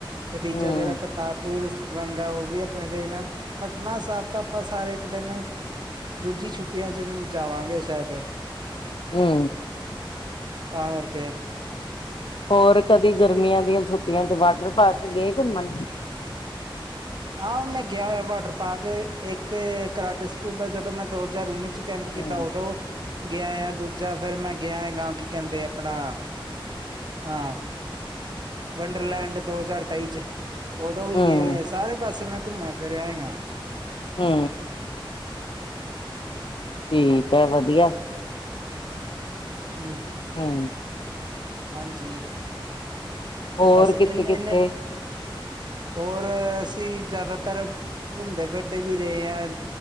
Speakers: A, on the right (about 55°); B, on the left (about 70°).
A: ਤੇ ਤੀਜਾ
B: ਹੂੰ,
A: ਜਿਹੜਾ ਕਰਤਾਰਪੁਰ ਲੰਗ ਉਹ ਵੀ ਆਪਾਂ ਦੇਖਣਾ ਪਟਨਾ ਸਾਹਿਬ ਤਾਂ ਆਪਾਂ ਸਾਰੇ ਇੱਕ ਦਿਨ ਦੂਜੀ ਛੁੱਟੀਆਂ ਚ ਵੀ ਜਾਵਾਂਗੇ ਸ਼ਾਇਦ।
B: ਹੂੰ,
A: ਤਾਂ ਕਰਕੇ।
B: ਹੋਰ ਕਦੀ ਗਰਮੀਆਂ ਦੀਆਂ ਛੁੱਟੀਆਂ ਚ ਵਾਟਰ ਪਾਰਕ ਗਏ ਘੁੰਮਣ।
A: ਆਹ ਮੈਂ ਗਿਆ ਹੋਇਆ ਵਾਟਰ ਪਾਰਕ ਇੱਕ ਕਰਾਟੇ ਸਕੂਲ ਦਾ ਜਦੋਂ ਮੈਂ ਦੋ ਹਜ਼ਾਰ ਉੱਨੀ ਚ ਕੈਂਪ
B: ਹੂੰ,
A: ਕੀਤਾ ਉਦੋਂ। ਗਿਆ ਆ ਦੂਜਾ ਫਿਰ ਮੈਂ ਗਿਆ ਹੈਗਾ ਕੀ ਕਹਿੰਦੇ ਆਪਣਾ ਹਾਂ ਵੰਡਰਲੈਂਡ ਦੋ ਹਜ਼ਾਰ ਤੇਈ ਚ, ਉਦੋਂ ਵੀ
B: ਹੂੰ,
A: ਗਏ ਹੋ ਸਾਰੇ ਪਾਸੇ ਮੈਂ ਘੁੰਮਿਆ ਫਿਰਿਆ ਆ।
B: ਹੂੰ, ਠੀਕ ਹੈ ਵਧੀਆ।
A: ਹੂੰ,
B: ਹੂੰ,
A: ਹਾਂਜੀ,
B: ਹੋਰ
A: ਬਸ ਇਹਨੇ
B: ਕਿੱਥੇ-ਕਿੱਥੇ?
A: ਇਨੇ ਹੋਰ ਅਸੀਂ ਜ਼ਿਆਦਾਤਰ ਘੁੰਮਦੇ ਫਿਰਦੇ ਵੀ ਰਹੇ ਹਾਂ।